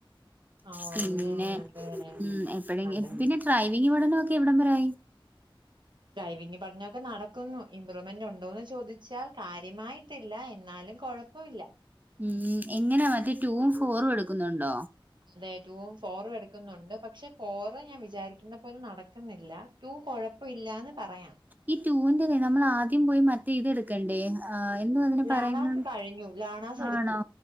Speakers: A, on the right (about 55°); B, on the right (about 20°).
A: ഓ
B: പിന്നെ
A: അങ്ങനെയാണല്ലേ
B: ഉം എപ്പഴങ്കിലുംപിന്നെ
A: അതെ
B: ഡ്രൈവിംഗ്പടനൊക്കെ എവിടംവരെ ആയി?
A: ഡ്രൈവിംഗ് പടനൊക്കെ നടക്കുന്നു ഇമ്പ്രൂവ്മെന്റ് ഉണ്ടോന്ന് ചോദിച്ചാൽ കാര്യമായി ല്ല എന്നാലും കുഴപ്പമില്ല.
B: ഉം എങ്ങനെ മറ്റി ടൂവും ഫോറും എടുക്കുന്നുണ്ടോ?
A: അതെ ടുവും ഫോറും എടുക്കുന്നുണ്ട്. പക്ഷെ ഫോർ ഞാൻ വിചാരിക്കുന്ന പോലെ നടക്കുന്നില്ല. ടൂ കുഴപ്പം ഇല്ലാന്ന് പറയാം
B: ഈ ടൂവിന്റെ നമ്മൾ ആദ്യം പോയി മറ്റേ ഇതെട് കണ്ടേ ആഹ് എന്നു അതിന്
A: ലാണാസ്
B: പറയുന്നത്
A: കഴിഞ്ഞു ലാണാസ് എടുത്തു
B: ആണോ